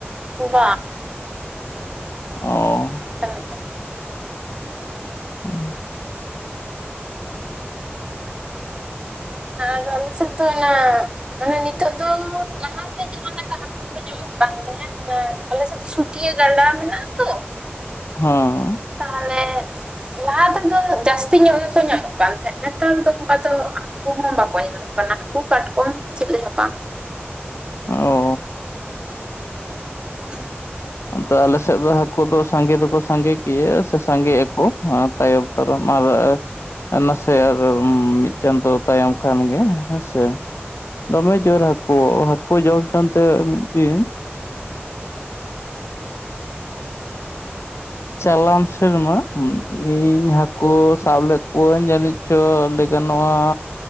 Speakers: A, on the right (about 20°); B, on the left (about 85°).
A: ᱥᱚᱵ
B: ᱚ
A: ᱵᱟᱹᱱᱩᱜᱼᱟ᱾
B: ᱦᱩᱸ
A: ᱟᱫᱚ ᱟᱞᱮ ᱥᱮᱫ ᱫᱚ ᱚᱱᱟ ᱢᱟᱱᱮ ᱱᱤᱛᱚᱜ ᱫᱚ ᱞᱟᱦᱟᱛᱮ ᱡᱟᱦᱟᱸᱮ ᱞᱮᱠᱟ ᱠᱚ ᱧᱟᱢᱚᱜ ᱠᱟᱱ ᱛᱟᱦᱮᱸᱫ ᱟᱞᱮ ᱥ ᱥᱷᱩᱴᱭᱟᱹ ᱜᱟᱰᱟ ᱢᱮᱱᱟᱜᱼᱟ ᱛᱚ᱾
B: ᱦᱮᱸ
A: ᱛᱟᱦᱚᱞᱮ ᱞᱟᱦᱟ ᱛᱮᱫᱚ ᱡᱟᱹᱥᱛᱤ ᱧᱚᱜ ᱜᱮᱠᱚ ᱧᱟᱢᱚᱜ ᱠᱟᱱ ᱛᱟᱦᱮᱸᱫ ᱱᱮᱛᱟᱨ ᱫᱚ ᱚᱱᱠᱟ ᱫᱚ᱾ ᱦᱟᱹᱠᱩ ᱦᱚᱸ ᱵᱟᱠᱚ ᱮᱢᱚᱜ ᱠᱟᱱᱟ᱾ ᱦᱟᱹᱠᱩ, ᱠᱟᱴᱠᱚᱢ ᱪᱮᱫ ᱞᱮᱠᱟ ᱦᱚᱸ ᱵᱟᱝ
B: ᱚ
A: <inaudible>
B: ᱛᱮ ᱟᱞᱮᱮᱥᱮᱫ ᱫᱚ ᱦᱠᱩ ᱫᱚ ᱥᱟᱸᱜᱮ ᱫᱚᱠᱚ ᱥᱟᱸᱜᱮ ᱜᱮᱭᱟ ᱥᱮ ᱥᱟᱸᱜᱮ ᱟᱠᱚ ᱛᱟᱭᱚᱢ᱾ ᱟᱨᱢᱟᱨᱟᱜ ᱱᱟᱥᱮ ᱟᱨ ᱢᱤᱫ ᱪᱟᱸᱫᱚ ᱛᱟᱭᱚᱢ ᱠᱷᱟᱱ ᱜᱮ ᱦᱮᱸᱥᱮ ᱫᱚᱢᱮ ᱡᱳᱨ ᱦᱟᱹᱠᱩ ᱦᱟᱹᱠᱩ ᱡᱚᱢ ᱡᱚᱢ ᱛᱮ ᱢᱤᱫ ᱫᱤᱱ ᱪᱟᱞᱟᱢ ᱥᱮᱨᱢᱟ ᱤᱧ ᱦᱟᱹᱠᱩ ᱥᱟᱵ ᱞᱮᱫ ᱠᱚᱣᱟᱹᱧ ᱡᱟᱹᱱᱤᱡ ᱪᱚ ᱜᱟᱱᱚᱜᱼᱟ